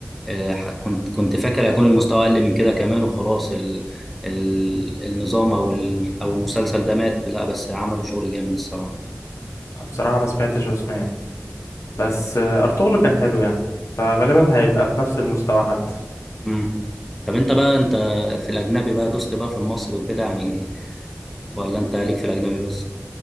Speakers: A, in the centre; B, on the left.
A: آه، ح- كنت كنت فاكر هيكون المستوى اقل من كده كمان وخلاص ال... ال... النظام او ال... او المسلسل ده مات لا بس عملوا شغل جامد الصراحة
B: بصراحة ما سمعتش عثمان بس آه، ارطغرل كان حلو يعني فغالبا هيبقى في نفس المستوى حتى
A: امم طب انت بقى انت في الاجنبي بقى دوست بقى في المصري وكده يعني ولا انت ليك في الاجنبي بس